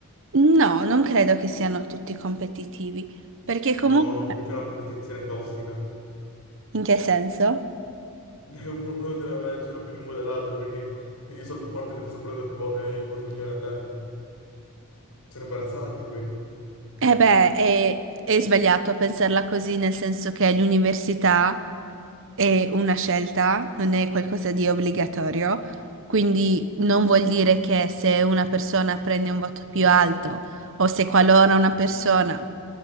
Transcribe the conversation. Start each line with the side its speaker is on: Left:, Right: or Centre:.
Right: No, non credo che siano tutti competitivi, perché comunque,
Left: No, no, qui c'è una competizione tossica.
Right: in che senso?
Left: <laughs> E Uno deve avercelo più lungo dell'altro, quindi io sono più forte di te, so preso più vo- eh, il voto migliore a te. Sono imbarazzanti qui.
Right: Eh beh, è, è sbagliato pensarla così, nel senso che l'università è una scelta, non è qualcosa di obbligatorio, quindi non vuol dire che se una persona prende un voto più alto o se qualora una persona